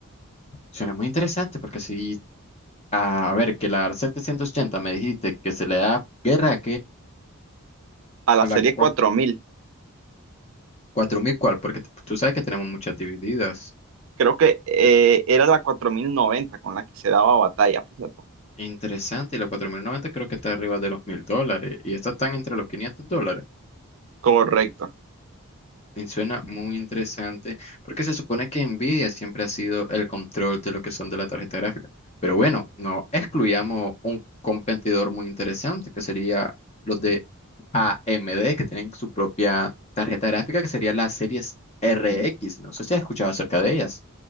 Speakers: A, on the left; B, on the right.
A: Suena muy interesante, porque si, a, ver, que la 780 me dijiste que se le da guerra a
B: a la
A: a
B: serie
A: la cua-
B: cuatro mil
A: cuatro mil cuál, porque tú tú sabes que tenemos muchas divididas.
B: Creo que eh, era la 4090 con la que se daba batalla, fíjate.
A: Interesante, y la 4090 creo que está arriba de los mil dólares, y estas están entre los 500 dólares.
B: Correcto.
A: Me suena muy interesante porque se supone que Nvidia siempre ha sido el control de lo que son de la tarjeta gráfica. Pero bueno, no excluyamos un competidor muy interesante que sería los de AMD que tienen su propia tarjeta gráfica que sería las series RX. No sé si has escuchado acerca de ellas.